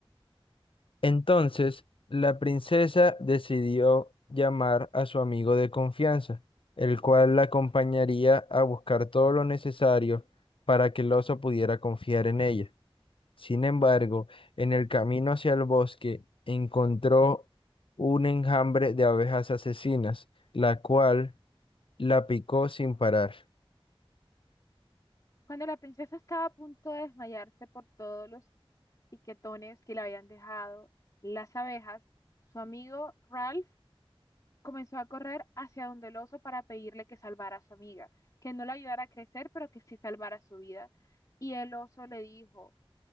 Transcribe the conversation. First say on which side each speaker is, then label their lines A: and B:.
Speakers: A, on the left; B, on the left.
A: Entonces, la princesa decidió llamar a su amigo de confianza, el cual la acompañaría a buscar todo lo necesario para que el oso pudiera confiar en ella. Sin embargo, en el camino hacia el bosque encontró un enjambre de abejas asesinas, la cual la picó sin parar.
B: Cuando la princesa estaba a punto de desmayarse por todos los piquetones que le habían dejado las abejas, su amigo Ralph Comenzó a correr hacia donde el oso para pedirle que salvara a su amiga, que no la ayudara a crecer, pero que sí salvara su vida. Y el oso le dijo,